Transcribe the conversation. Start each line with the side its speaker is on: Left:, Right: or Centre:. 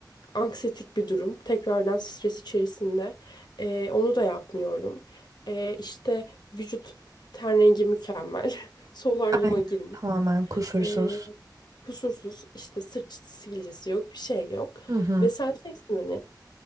Left: Anksiyetik bir durum. Tekrardan stres içerisinde. Ee, onu da yapmıyorum. Ee, işte vücut ten rengi mükemmel. <laughs> Solaryuma
Right: aynen,
Left: girmiş.
Right: tamamen kusursuz.
Left: Ee, kusursuz işte sırt sivilcesi yok bir şey yok.
Right: Hı hı.
Left: Ve sen şeysin hani